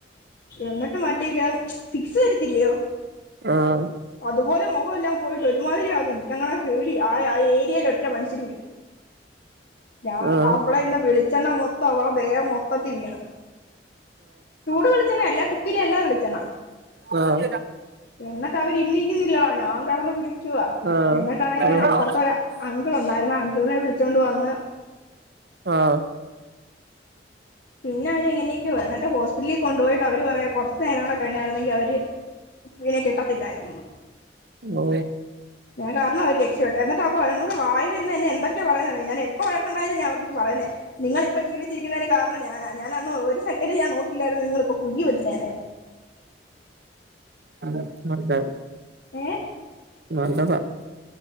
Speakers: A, on the left (about 60°); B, on the right (about 60°).
A: ല്ല ഫിക്സ് വരത്തില്ലയോ
B: ആഹ്
A: അതുപോലെ മുഖം എല്ലാം പോയിട്ട് ഒരുമാതിരി ആന്ന എനിക്ക് എ അങ്ങനെ പേടി ആ ഏരിയൽ ഒറ്റ മനുഷരും ഇല്ല <unintelligible>
B: ആഹ്
A: അമ്മള ഇന്നന്ന് വിളിച്ചക്ക് വെളിച്ചെണ്ണ മൊത്തം അവടെ ദേഹം മൊത്തത്തി വീണ് ചൂട് വെളിച്ചെണ്ണ എല്ലാ ഇില എല്ലാം വിളിച്ചണാ
B: ആഹ
A: എന്നിട്ട് അവർ ഇനക്കുന്നില്ല ഞാൻ കടന്ന് വിളിക്കുവ
B: ആഹ്
A: എന്നിട്ടാണെ ഞാൻ അപ്പുറത്തെ
B: ആഹ്
A: അങ്കിള ഉണ്ടായിരുന്ന അങ്കിളിനെ വിളിച്ചോണ്ട് വന്ന്
B: ആഹ
A: പിന്നെ അവരെങ്ങനൊക്ക വന്നി്ോസ്പിറ്റലിൽ കൊണ്ടു പോയി് അവര് അവര് പറയുവാ കുറച്ച് കുറച്ചു നേേരം കൂടെ കഴിഞ്ഞായിരുന്നെങ്കിൽ അവർ പിനെ കിട്ടത്തില്ലായിരുന്നു
B: ഓ
A: ഞാൻ കാരണം അവര് രക്ഷപ്പെട്ട എന്നി് അവോട് വായ ഇന്ന് എന്തൊക്കെ ആ പറുന്നത് അറിയാമോ ഞാൻ എപ്പോവേണമെങ്കിലും ണ്ട ഞാൻ അവർക്ക് പറയുന്നേ നിങ്ങ ഇപ്പൊ ജീവിച്ചിരിക്കുന്നതിന് കാരണം ഞാനാ ഞാൻന്ന ഒരു സെക്കന്ഡ് ഞാൻ നോക്കിയിായിരുന്നു നിങ്ങളിപ്പോൊ കുഴുകി പറ്റുന്നേനെയന്ന്
B: ആ നല്ല
A: ഏ
B: നല്ലത